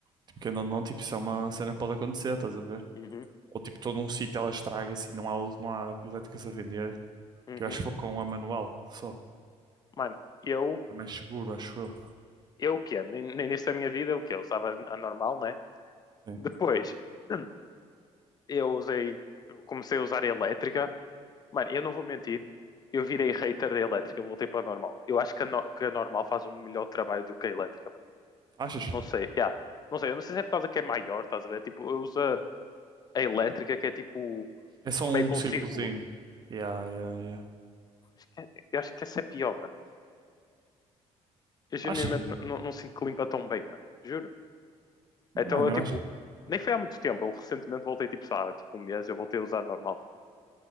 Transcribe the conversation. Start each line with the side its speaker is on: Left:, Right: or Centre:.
Right: tipo que não, não, tipo, isso é uma cena que pode acontecer, estás a ver?
Left: Uhum.
Right: Ou tipo, todo um sítio ela estraga-se e não há, não há elétricas a vender,
Left: Uhum.
Right: que eu acho que vou com a manual só.
Left: Mano, eu,
Right: É mais seguro, acho eu.
Left: eu o quê? No no início da minha vida, o quê? Eu usava a normal, né?
Right: Sim.
Left: Depois, <clears throat> eu usei, eu comecei a usar a elétrica. Mano, eu não vou mentir, eu virei hater da elétrica, voltei para a normal. Eu acho que a, no- que a normal faz um melhor trabalho do que a elétrica, mano.
Right: Achas?
Left: Não sei, yeah. Não sei, eu não sei se é por causa que é maior, estás a ver? Tipo, eu uso a a elétrica que é tipo
Right: É só
Left: meio
Right: um
Left: com
Right: círculozinho.
Left: círculo.
Right: Yeah, yeah, yeah.
Left: Acho que é- eu acho que essa é pior, mano. Eu
Right: Achas,
Left: genuinamente
Right: mano?
Left: n- não não sinto que limpa tão bem, mano. Juro.
Right: Mano,
Left: Então eu tipo,
Right: eu acho.
Left: nem foi há muito tempo, eu recentemente voltei tipo, sei lá, tipo um mês, eu voltei a usar a normal.